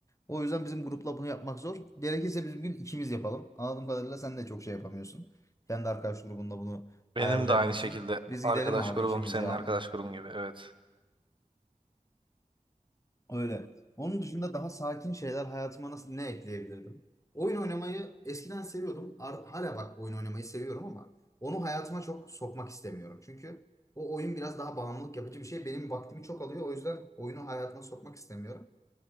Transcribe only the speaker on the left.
O yüzden bizim grupla bunu yapmak zor. Gerekirse biz bugün ikimiz yapalım. Anladığım kadarıyla sen de çok şey yapamıyorsun. Kendi arkadaş grubunda bunu
ayarlayamıyorsun.
Biz
gidelim abi
ikimiz
yani.
Öyle. Onun dışında daha sakin şeyler hayatıma nasıl ne ekleyebilirdim? Oyun oynamayı eskiden seviyordum. Ar- hala bak oyun oynamayı seviyorum ama onu hayatıma çok sokmak istemiyorum. Çünkü o oyun biraz daha bağımlılık yapıcı bir şey. Benim vaktimi çok alıyor. O yüzden oyunu hayatıma sokmak istemiyorum.